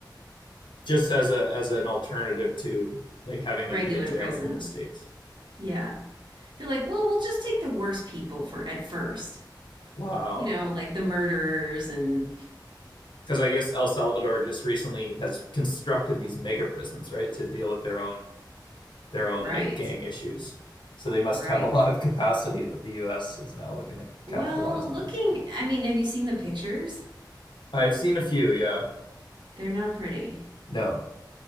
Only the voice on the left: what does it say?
just as a as an alternative to like having
them be in jail
in the states.
Wow.
Because I guess El Salvador just recently has constructed these mega prisons, right, to deal with their own their own
like gang issues. So they must
have a lot of capacity that the U.S. is now looking to capitalize
on.
I've seen a few, yeah.
No,